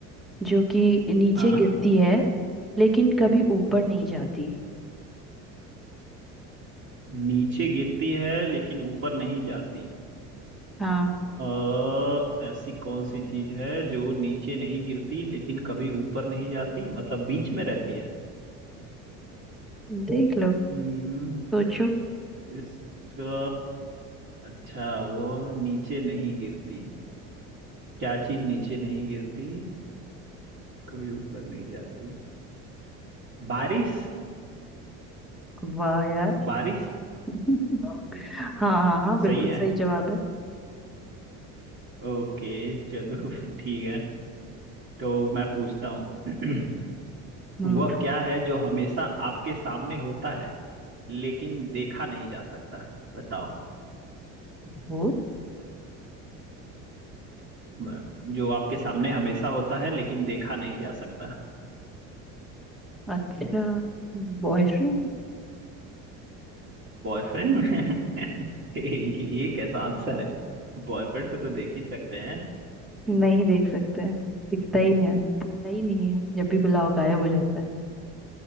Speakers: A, in the centre; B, on the right.
A: जो कि नीचे
B: हाँ
A: गिरती है लेकिन कभी ऊपर नहीं जाती
B: नीचे गिरती है लेकिन ऊपर नहीं जाती
A: हाँ
B: अ ऐसी कौन सी चीज है जो नीचे नहीं गिरती लेकिन कभी ऊपर नहीं जाती मतलब बीच में रहती है
A: देख लो
B: हम्म
A: सोचो
B: इसका अच्छा वो नीचे नहीं गिरती क्या चीज नीचे नहीं गिरती कभी ऊपर नहीं जाती बारिश
A: वाह यार
B: बारिश
A: <laughs> हाँ हाँ हाँ बिल्कुल
B: सही है
A: सही जवाब है
B: ओके चलो <laughs> फिर ठीक है तो मैं पूछता हूँ <clears throat>
A: हम्म
B: वह क्या है जो हमेशा आपके सामने होता है लेकिन देखा नहीं जा सकता बताओ
A: भूत
B: ब- जो आपके सामने हमेशा होता है लेकिन देखा नहीं जा सकता
A: अच्छा बॉयफ्रेंड
B: बॉयफ्रेंड <laughs> ये कैसा आंसर है बॉयफ्रेंड को तो देख ही सकते हैं
A: नहीं देख सकते हैं दिखता ही नहीं है दिखता ही नहीं है जब भी बुलाओ गायब हो जाता है